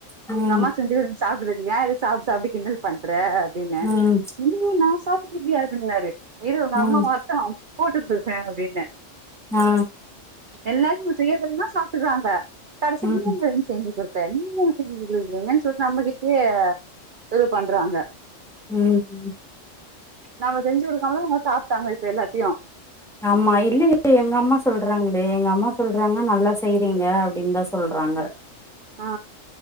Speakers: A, in the centre; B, on the right.
A: ம்
B: உங்க அம்மா செஞ்சு சாப்டுருக்கியா சாப் சாப்டு கின்டல் பண்ற அப்டின்னே
A: ம்
B: இல்லியே நா சாப்ட்டுட்டிதில்லயே அப்டினாரு இரு உங்க அம்மா
A: ம்
B: வர்ட்டு போட்டு குடுக்கற அப்டின்னே
A: ஆ
B: எல்லாருக்கு இவரு செய்ய சொன்னா சாப்ட்டுறாங்க கடசி
A: ம்
B: நீ எங்க இங்க கேக்கற பேன்மூ <unintelligible> சொல் நம்மகிட்டயே இது பண்றாங்க
A: ம் ம்
B: நாம செஞ்சு குடுக்காம தா அவுங்க சாப்ட்டாங்க இப்ப எல்லாத்தயு
A: அமா இல்லயே எங்க அம்மா சொல்றாங்களே எங்க அம்மா சொல்றாங்க நல்லா செய்றீங்க அப்டின்தா சொல்றாங்க
B: ஆ